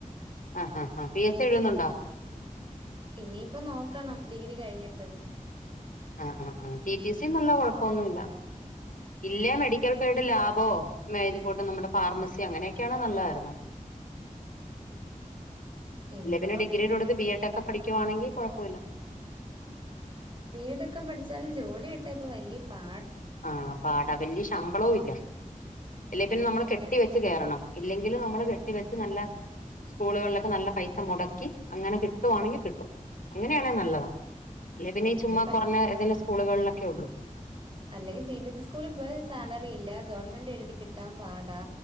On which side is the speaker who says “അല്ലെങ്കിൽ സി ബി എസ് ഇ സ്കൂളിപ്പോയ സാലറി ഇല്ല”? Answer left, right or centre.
Right